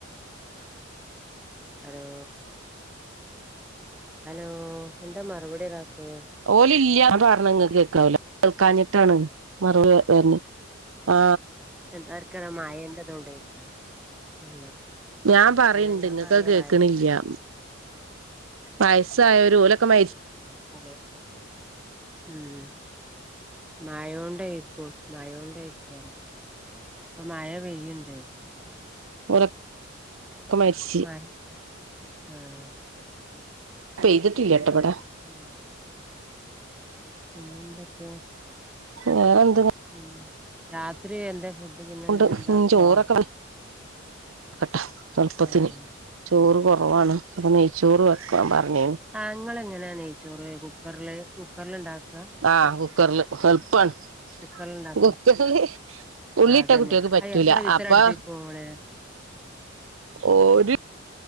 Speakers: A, in the centre; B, on the right.
A: ഹേലോ ഹലോ എന്താ മറുപടി വരാത്തേ
B: ഓല് ല്യാ പർഞ്ഞങ്ങക്ക്‌ കേക്കാവല കേൾക്കഞ്ഞിട്ടാണ് മറവ് വെര്ന് ആ
A: എന്താർക്കര മായന്റെതോണ്ടേ ഉം
B: ഞാൻ പറയണ്ട്
A: അല്ല ഞാൻ
B: നിങ്ങൾക്ക്
A: പറയാ
B: കേക്കണില്ല.
A: വയസ്
B: വയസ്സായോര് ഓലൊക്കെ മര്
A: അതെ ഉം മായോണ്ടായിയിരിക്കും മായോണ്ടായിയിരിക്കും. പ്പൊ മഴ പെയ്യ്ണ്ട്
B: ഓലൊക്കെ
A: <unintelligible>
B: മരിച്ച് പെയ്തിട്ടില്ലട്ടെ പടെ
A: ഉം പിന്നെന്തൊക്കെ?
B: വേറെന്താ
A: ഉം രാത്രി എന്തെ ഫുഡ് പിന്നെ
B: ഉണ്ട്
A: എന്താ ഇണ്ടാക്കുവാ
B: ഉം ചോറൊക്കെ <unintelligible> പത്തിന്.
A: ആഹ്
B: ചോറ് കുറവാണ് അപ്പൊ നെയ്ച്ചോറ് വെക്ക പറഞ്ഞിനി
A: ആ ങ്ങളെങ്ങനെ നയ്ച്ചോറ് കുക്കർല് കു <unintelligible>
B: ആഹ് കുക്കറില് എള്പ്പാണ്
A: കുക്കറില് ഇണ്ടാ
B: <unintelligible> ഉള്ളിട്ടാ
A: ആഹ് അതന്നെ
B: കുട്ടിയത് പറ്റൂല
A: അത് എത്ര വിസിലടുപ്പിക്കും
B: അപ്പൊ
A: ഇങ്ങള്
B: ഒരു